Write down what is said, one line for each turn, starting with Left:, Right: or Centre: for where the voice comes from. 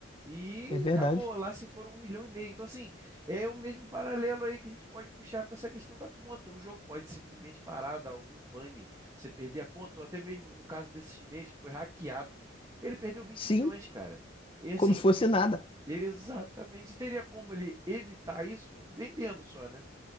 Right: E
Left: É verdade.
Right: acabou, lá se foram um milhão e meio. Então, assim, é o mesmo paralelo aí que a gente pode puxar para essa questão da conta. O jogo pode simplesmente parar, dar algum pane, você perder a conta, ou até mesmo no caso desse chinês que foi hackeado, ele perdeu vinte
Left: Sim,
Right: milhões, cara. E assim,
Left: como se fosse nada.
Right: ele exatamente teria como ele evitar isso vendendo só, né?